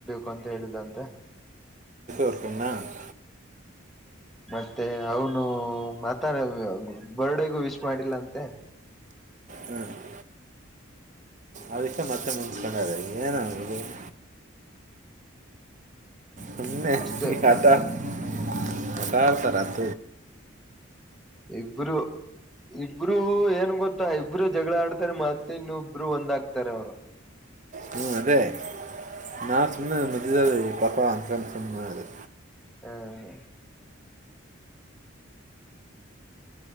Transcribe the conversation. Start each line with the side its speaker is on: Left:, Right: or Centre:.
Centre: ಬೇಕು ಅಂತ ಹೇಳಿದಂತೆ
Right: ಅರ್ಕಣ <inaudible>
Centre: ಮತ್ತೆ ಅವನು ಮಾತಾಡ ಬರ್ಡೇಗು ವಿಶ್ ಮಾಡಿಲ್ಲ ಅಂತೆ
Right: ಹ್ಮ್ <inaudible> ಅದಕ್ಕೆ ಮತ್ತೆ ಮುಂಚ್ಕೊಂಡದೆ ಏನದು <inaudible> ಹಮನೆ
Centre: ಅಷ್ಟೇ
Right: ಇತ <unintelligible> <unintelligible> ಹಟತರತ
Centre: ಇಬ್ರು ಇಬ್ರು ಏನ್ ಗೊತ್ತಾ ಇಬ್ರು ಜಗಳ ಆಡ್ತಾರೆ ಮತ್ತೆ ಇನ್ನುಬ್ರು ಒಂದ್ ಹಾಕ್ತಾರೆ ಅವರು
Right: ಹ್ಞೂ ಅದೇ ನಾು ಸುಮ್ಮನೆ ಮದ್ದ ಪಾಪ ಅಂದಕೊಂಡು ಸಿನಿಮಾ ಅದು
Centre: ಹ್ಮ <inaudible>